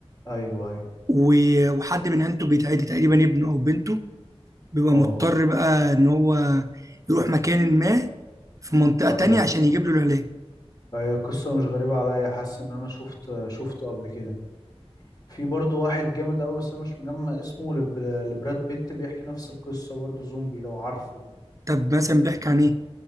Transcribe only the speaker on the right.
و... وحد من عيلته بيتعدي تقريبا ابنه او بنته بيبقى
مضطر بقى ان هو يروح مكان ما في منطقة
تانية عشان يجيب له العلاج
طب مثلا بيحكي عن ايه